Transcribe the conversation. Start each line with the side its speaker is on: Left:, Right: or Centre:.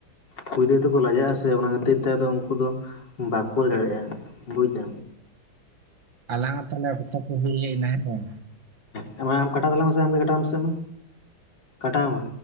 Left: ᱠᱩᱲᱤ ᱜᱤᱫᱽᱟᱹᱨ ᱫᱚᱼᱠᱚ ᱞᱟᱡᱟᱜ ᱟᱥᱮ ᱚᱱᱟ ᱠᱷᱟᱹᱛᱤᱨ ᱛᱮ ᱟᱫᱚ ᱩᱱᱠᱩ ᱫᱚ ᱵᱟᱠᱚ ᱞᱮᱫᱟᱲᱮᱭᱟᱜᱼᱟ ᱵᱩᱡᱫᱟ,
Right: ᱟᱞᱟᱱᱟᱜ ᱛᱟᱦᱚᱞᱮ ᱚᱠᱛᱚ ᱠᱚ ᱦᱩᱭ ᱦᱮᱡ ᱮᱱᱟ ᱦᱮᱸ ᱵᱟᱝ,
Left: ᱦᱮᱸ ᱟᱢ ᱠᱟᱴᱟᱣ ᱛᱟᱞᱟᱝ ᱢᱮ ᱥᱮ ᱟᱢᱜᱮ ᱠᱟᱴᱟᱣ ᱢᱮᱥᱮ ᱢᱟ ᱠᱟᱴᱟᱣ ᱢᱮ